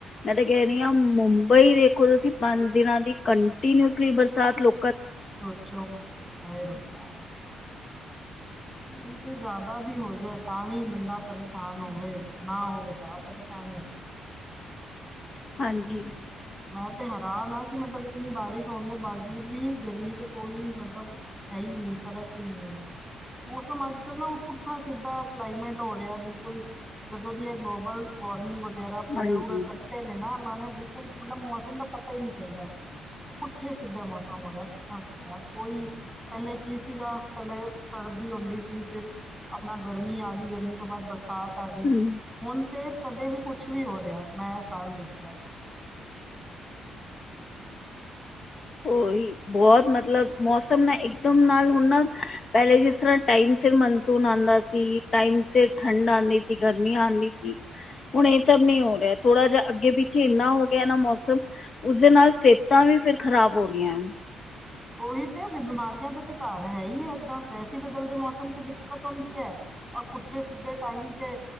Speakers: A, on the left; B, in the centre.
A: ਮੈਂ ਤਾਂ ਕਹਿ ਰਹੀ ਹਾਂ ਮੁੰਬਈ ਦੇਖੋ ਤੁਸੀਂ ਪੰਜ ਦਿਨਾਂ ਦੀ ਕੰਟੀਨਿਊਸਲੀ ਬਰਸਾਤ ਲੋ
B: ਸੋਚੋ ਹਾਏ ਰੱਬਾ। ਓਈ ਤੇ ਜ਼ਿਆਦਾ ਵੀ ਹੋ ਜਾਏ ਤਾਂ ਵੀ ਬੰਦਾ ਪਰੇਸ਼ਾਨ ਹੋਵੇ ਨਾ ਹੋਵੇ ਤਾਂ ਪਰੇਸ਼ਾਨ ਹੈ
A: ਹਾਂਜੀ
B: ਲੇਕਿਨ ਮੈਂ ਤੇ ਹੈਰਾਨ ਹਾਂ ਕਿ ਮਤਬ ਇਤਨੀ ਬਾਰਿਸ਼ ਹੋਣ ਦੇ ਬਾਵਜੂਦ ਵੀ ਗਰਮੀ 'ਚ ਕੋਈ ਮਤਬ ਹੈ ਨਹੀਂ ਫਰਕ ਹੀ ਨਹੀਂ ਹੈ। ਮੌਸਮ ਅੱਜ ਕੱਲ੍ਹ ਨਾ ਪੁੱਠਾ ਸਿੱਧਾ ਕਲਾਈਮੇਟ ਹੋ ਰਿਹਾ ਹੈ ਬਿਲਕੁਲ ਜਦੋਂ ਵੀ ਇਹ ਗਲੋਬਲ। ਵਾਰਮਿੰਗ ਵਗੈਰਾ ਪੇੜ
A: ਹਾਂਜੀ
B: ਊੜ ਕੱਟੇ ਨੇ ਨਾ ਇਹਨਾਂ ਨੇ ਬਿਲਕੁਲ ਮਤਲਬ <unintelligible> ਮੌਸਮ ਦਾ ਪਤਾ ਹੀ ਨਹੀਂ ਚੱਲਦਾ ਐ ਪੁੱਠੇ ਸਿੱਧੇ ਮੌਸਮ ਹੋ ਰਿਹਾ ਪੁੱਠਾ ਸਿੱਧਾ ਕੋਈ ਪਹਿਲੇ ਕੀ ਸੀਗਾ ਪਹਿਲੇ ਸਰਦੀ ਹੁੰਦੀ ਸੀ ਫਿਰ ਆਪਣਾ ਗਰਮੀ ਆ ਗੀ ਗਰਮੀ ਤੋਂ ਬਾਅਦ ਬਰਸਾਤ ਆ ਗੀ
A: ਹੂੰ
B: ਹੁਣ ਤੇ ਕਦੇ ਵੀ ਕੁਛ ਵੀ ਹੋ ਰਿਹਾ ਆ ਮੈਂ ਆਹ ਸਾਲ ਦੇਖਿਆ।
A: ਉਹੀ। ਬਹੁਤ ਮਤਲਬ ਮੌਸਮ ਨਾ ਇਕਦਮ ਨਾਲ ਹੁਣ ਨਾ ਪਹਿਲੇ ਜਿਸ ਤਰ੍ਹਾਂ ਟਾਈਮ ਸਿਰ ਮਨ ਸੂਨ ਆਂਦਾ ਸੀ ਟਾਈਮ ਤੇ ਠੰਡ ਆਂਦੀ ਸੀ ਗਰਮੀਆਂ ਆਂਦੀ ਸੀ ਹੁਣ ਇਹ ਸਭ ਨੀ ਹੋ ਰਿਹਾ ਥੋੜਾ ਜਿਹਾ ਅੱਗੇ ਪਿੱਛੇ ਇੰਨਾ ਹੋ ਗਿਆ ਨਾ ਮੌਸਮ ਉਸਦੇ ਨਾਲ ਸਿਹਤਾਂ ਵੀ ਫਿਰ ਖ਼ਰਾਬ ਹੋ ਰਹੀਆਂ
B: ਉਹੀ ਤੇ ਬਿਮਾਰੀਆਂ ਦਾ ਤਾਂ ਘਰ ਹੈ ਹੀ ਹੈ ਏਦਾਂ ਵੈਸੇ ਬਦਲਦੇ ਮੌਸਮ 'ਚ ਦਿੱਕਤ ਆਉਂਦੀ ਐ ਔਰ ਪੁੱਠੇ ਸਿੱਧੇ ਟਾਈਮ ਚੇ